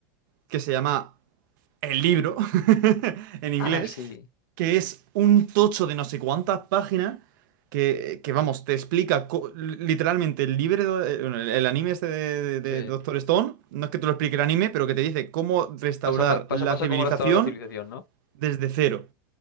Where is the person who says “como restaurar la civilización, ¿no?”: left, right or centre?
Left